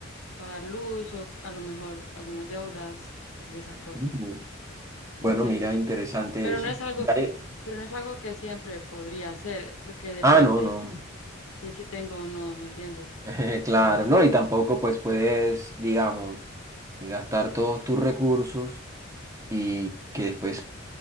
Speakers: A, on the left; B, on the right.
A: pagar luz o a lo mejor algunas deudas y esas cosas.
B: ujú. Bueno,
A: Entonces,
B: mira, interesante
A: pero
B: eso.
A: no es algo,
B: Ya le-
A: pero no es algo que siempre podría hacer, porque depende
B: Ah, no, no, no.
A: de si tengo o no, ¿me entiendes?
B: <laughs> Claro,
A: Trabajo.
B: no, y tampoco pues puedes, digamos, gastar todos tus recursos y que después